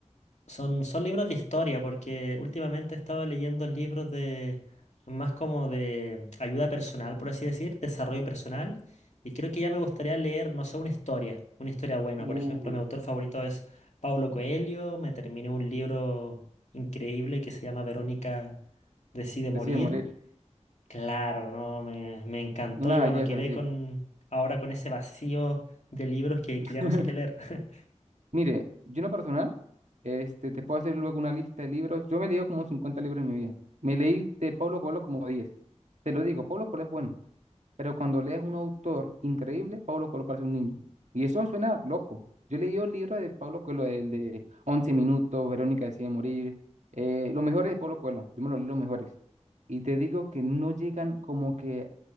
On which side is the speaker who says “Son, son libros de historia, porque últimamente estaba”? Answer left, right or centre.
Left